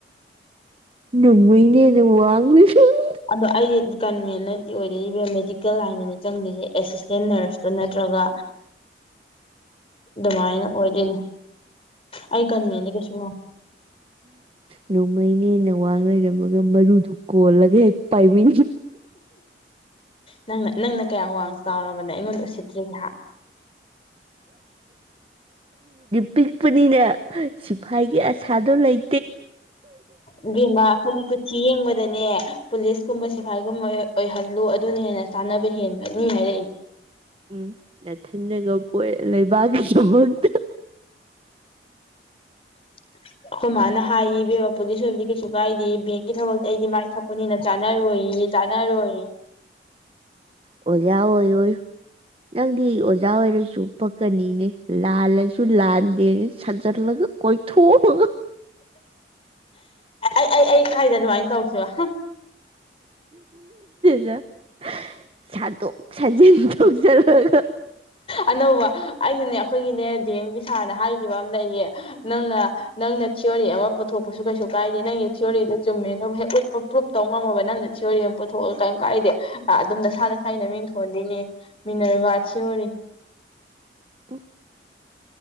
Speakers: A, on the right; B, on the left.
A: ꯅꯣꯡꯃꯩꯅ ꯍꯦꯟꯅ ꯋꯥꯡ ꯂꯩꯔꯝꯃꯦ
B: ꯑꯗꯣ ꯑꯩ ꯀꯟꯦꯅꯠꯇꯗꯤ ꯑꯣꯏꯗꯣꯏꯔꯤꯕ ꯃꯦꯗꯤꯀꯦꯜ ꯂꯥꯏꯟꯗꯅꯤ ꯆꯪꯗꯣꯏꯁꯦ ꯑꯦꯁꯤꯁꯇꯦꯟ ꯅꯔꯁꯇꯨ ꯅꯠꯇ꯭ꯔꯒ ꯑꯗꯨꯃꯥꯏꯅ ꯑꯣꯏꯗꯣꯏꯅꯦ ꯑꯩ ꯀꯟꯉꯦꯗꯤ ꯀꯩꯁꯨ
A: ꯅꯣꯡꯃꯩꯅꯦ ꯅꯋꯥꯡ ꯂꯩꯔꯝꯃꯒ ꯃꯔꯨꯗꯨ ꯀꯣꯜꯂꯒꯦ ꯄꯥꯏꯃꯤ
B: ꯅꯪꯅ ꯅꯪꯅ ꯀꯌꯥꯝ ꯋꯥꯡ ꯆꯥꯎꯔꯕ ꯅꯦ ꯑꯩꯉꯣꯟꯗ ꯎꯁꯤꯠꯇ꯭ꯔꯤꯅꯣ ꯍꯥ
A: ꯄꯤꯛꯄꯅꯤꯅꯦ ꯁꯤꯐꯥꯏꯒꯤ ꯑꯁꯥꯗꯣ ꯂꯩ
B: ꯏꯕꯦꯝꯃ ꯑꯩꯈꯣꯏꯒꯤ ꯀꯨꯠꯊꯤ ꯌꯦꯡꯕꯗꯅꯦ ꯄꯨꯂꯤꯁꯀꯨꯝꯕ ꯁꯤꯐꯥꯏꯒꯨꯝꯕ ꯑꯣꯏꯍꯜꯂꯨ ꯑꯗꯨꯅ ꯍꯦꯟꯅ ꯆꯥꯟꯅꯕ ꯍꯦꯟꯒꯅꯤ ꯍꯥꯏꯔꯛꯏ
A: ꯎꯝ ꯅꯥꯊꯟꯗꯒ ꯄꯣꯛꯑꯦ ꯂꯩꯕꯥꯛꯀꯤꯁꯨꯃꯛꯇ
B: <inaudible> ꯑꯩꯈꯣꯏ ꯃꯥꯅ ꯍꯥꯏꯌꯦ ꯏꯕꯦꯝꯕꯥꯄꯨꯗꯤ ꯁꯣꯏꯕꯗꯤ ꯀꯩꯁꯨ ꯀꯥꯏꯗꯦ ꯕꯦꯡꯀꯤ ꯊꯕꯛꯇꯤ ꯑꯩꯗꯤ ꯃꯥꯏ ꯊꯛꯄꯅꯤꯅ ꯆꯥꯅꯔꯣꯏꯏ ꯆꯅꯔꯣꯏ
A: ꯑꯣ ꯌꯥ ꯑꯣꯏꯣꯌꯣꯌꯣ ꯅꯪꯗꯤ ꯑꯣꯖꯥ ꯑꯣꯏꯔꯁꯨ ꯄꯛꯀꯅꯤꯅꯦ ꯂꯥꯜꯂꯁꯨ ꯂꯥꯟꯗꯦꯅ ꯁꯟꯖꯠꯂꯒ ꯀꯣꯏꯊꯣꯒ
B: ꯑꯩ ꯑꯩ ꯑꯩ ꯀꯥꯏꯗ ꯑꯗꯨꯃꯥꯏꯅ ꯇꯧꯈꯤꯕꯈꯤꯕ
A: ꯗ ꯁꯥꯠꯇꯣꯛ ꯁꯥꯖꯤꯟ ꯇꯣꯛꯆꯔꯛꯒ
B: ꯑꯅꯧꯕ ꯑꯩꯅꯅꯦ ꯑꯩꯈꯣꯏꯒꯤꯅꯦ ꯗꯤ ꯑꯦꯝꯒꯤ ꯁꯥꯔꯅ ꯍꯥꯏꯈꯤꯕ ꯑꯃ ꯂꯩꯌꯦ ꯅꯪꯅ ꯅꯪꯅ ꯊꯤꯌꯣꯔꯤ ꯑꯃ ꯄꯨꯊꯣꯛꯄꯁꯨ ꯀꯩꯁꯨ ꯀꯥꯏꯗꯦ ꯅꯪꯒꯤ ꯊꯤꯑꯣꯔꯤꯗꯨ ꯆꯨꯝꯃꯦ ꯑꯗꯨꯕꯨ ꯍꯦꯛ ꯎꯠꯄ ꯄ꯭ꯔꯨꯞ ꯇꯧ ꯉꯝꯃꯕ ꯅꯪꯅ ꯊꯤꯑꯣꯔꯤ ꯄꯨꯊꯣꯛ ꯀꯩꯝ ꯀꯥꯏꯗꯦ ꯑꯗꯨꯝ ꯅꯁꯥ ꯅ ꯁꯥꯏꯅ ꯃꯤꯡ ꯊꯣꯟꯗꯣꯏꯅꯤ ꯃꯤꯅꯔꯦꯕ ꯊꯤ ꯌꯣꯔꯤ
A: ꯎꯝ